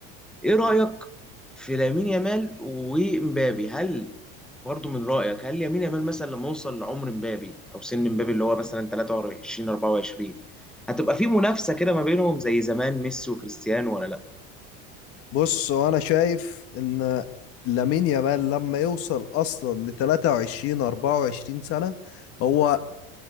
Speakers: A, in the centre; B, on the left.
A: ايه رأيك في لامين يامال ومبابي هل برضو من رأيك هل يمين يامال مثلا لما يوصل لعمر مبابي او سن مبابي اللي هو مثلا 23 24 هتبقى في منافسة كده ما بينهم زي زمان ميسي وكريستيانو ولا لا
B: بص هو انا شايف ان لامين يامال لما يوصل اصلا ل 23 24 سنه هو